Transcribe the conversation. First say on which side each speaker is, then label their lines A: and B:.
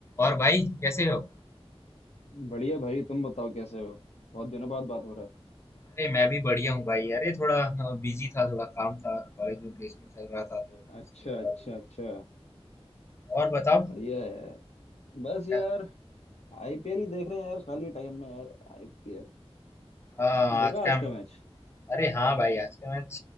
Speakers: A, on the left; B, on the left.
A: और भाई कैसे हो
B: बढ़िया भाई तुम बताओ कैसे हो बहुत दिनों बाद बात हो रहा
A: अरे मैं भी बढ़िया हूँ भाई अरे थोड़ा बिजी था थोड़ा काम था कॉलेज में प्लेसमेंट चल रहा
B: है
A: था तो
B: अच्छा
A: इसलिए थोड़ा
B: अच्छा
A: बिजी
B: अच्छा
A: था और बताओ
B: बढ़िया है यार बस यार
A: क्या
B: आईपीएल ही देख रहे हैं यार खाली टाइम में यार आईपीएल
A: आ, आज
B: देखा
A: का
B: आज का मैच
A: अरे हाँ भाई आज का मैच